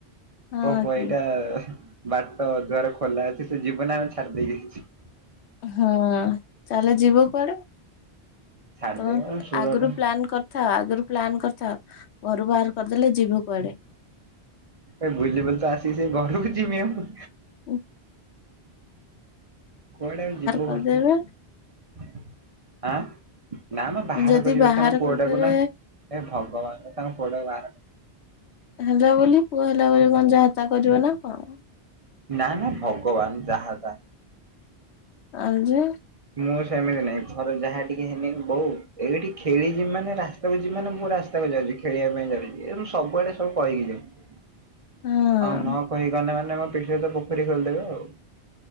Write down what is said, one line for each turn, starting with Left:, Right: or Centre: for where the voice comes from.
Left: ହଁ
Right: କୋ
Left: କି
Right: ଏଇଟା ବାଟ ଦୁଆର ଖୋଲା ଅଛି ତ ଯିବୁ ଆମେ ଛାଡି ଦେଇେକି ଆସିବି।
Left: ହଁ ତା ହେଲେ ଯିବ କୁଆଡେ
Right: ଛାଡିଦେବେ
Left: ତମେ
Right: ସୁରଟ
Left: ଆଗରୁ ପ୍ଲନ୍ କରି ଥା ଆଗରୁ ପ୍ଲାନ୍ କରିଥାଉ ଘରୁ ବାହାର କରିଦେଲେ ଯିବୁ କୁଆଡେ?
Right: ଏ ବୁଲି ବୁଲି ତ ଆସି ସେ ଘରକୁ ଯମି ଆଉ।
Left: ହୁଁ।
Right: କୁଆଡେ ଆ ଯିବୁ
Left: କରିଦେବେ
Right: ଘରଷ ଆଁ ନା ନା ବାହାର
Left: ଯଦି
Right: କରିବେ
Left: ବାହାର
Right: ତାଙ୍କ ପୁଅଟାକୁ
Left: କରିଦେବେ
Right: ନା ଏ ଭଗବାନ ତାଙ୍କ ପୁଅଟାକୁ ବାହାର
Left: ହେଲା ବୋଲି ପୁଅ ହେଲା ବୋଲି କଣ ଯାହାତା କରିବ ନା କଣ?
Right: ନା ନା ଭଗବାନ ଯାହା ଯା
Left: ଆଉ ଯେ
Right: ମୁଁ ସେମିତି ନାଇଁ ଘର ଯାହା ଟିକେ ହେନି ବୋଉ ଏଇଠି ଖେଳିବି ମାନେ ରା ମାନେ ମୁଁ ରାସ୍ତାକୁ ଯାଉଛି ଖେଳିବା ପାଇଁ ଯାଉଛି ସବୁଆଡେ ସୁ କହିକି ଯାଏଁ।
Left: ହଁ
Right: ଆଉ ନ କହିଗଲେ ମାନେ ମୋ ପିଠିରେ ତ ପୋଖରୀ ଖୋଲିଦେବେ ଆଉ।